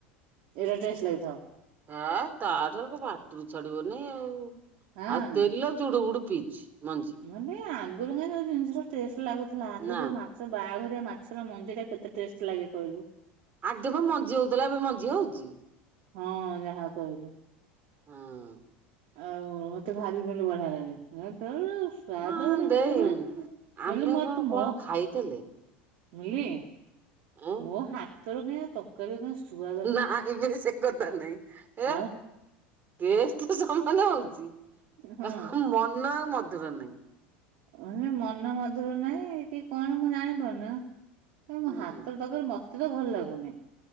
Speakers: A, on the right (about 60°); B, on the right (about 30°).
A: ଏଇଟା ଟେଷ୍ଟ ଲାଗିଥବ।
B: ହଁ ତାର ପାଟିରୁ ଛାଡିବନି ଆଉ।
A: ହଁ।
B: ଆଉ ତେଲ ଜୁଡ଼ୁ ବୁଡ଼ୁ ପିଇଛି। ମଞି।
A: ହେନେଇ ଆଗରୁ କାଇଁ ଯୋଉ ଜିନିଷ ସବୁ ଟେଷ୍ଟ ଲାଗୁଥିଲା। ଆଗେ
B: ନା
A: ଯୋଉ ମାଛ ସବୁ ବାହାଘରିଆ ମାଛର ମଞ୍ଜିଟା କେତେ ଟେଷ୍ଟ ଲାଗେ କହିଲୁ?
B: ଆଗେ ପା ମଞ୍ଜି ହଉଥିଲା। ଏବେ ମଞ୍ଜି ହଉଛି?
A: ହଁ ଯାହା କହିଲୁ।
B: ହଁ।
A: ଆଉ ମତେ ଭାରି ମିିଲି ବଢିଆ ଲାଗେ। <unintelligible> ସ୍ଵାଦ
B: ହଁ
A: ବୋଲି
B: ଦେଇ
A: କିଛି ନାହଁ। ବଲେ
B: ଆମେ
A: ମତ
B: କଣ କଣ
A: ମୋ
B: ଖାଇଥିଲେ
A: ମିଲି,
B: ଆଁ
A: ମୋ ହାତରୁ କାଇଁ ଆଉ ତରକାରୀ କାଇଁ ଶୁଆଦ
B: ନାଇଁ ପେରି ସେ କଥା ନାଇଁ। ଏ।
A: ଆଉ
B: ଟେଷ୍ଟ ତ ସମାନ ହଉଛି ତି
A: ହଁ
B: ହ ଉଁ ମନ ଆଉ ମଧୁର ନାହିଁ।
A: ଅଁ ନାଇଁ ମନ ମଧୁର ନାହିଁ କି କଣ ମୁଁ ଜାଣିପାରୁନ। କାଇଁ ମୋ
B: ହୁଁ
A: ହାତର ତରକାରୀ ମତେ ତ ଭଲ ଲାଗୁନି।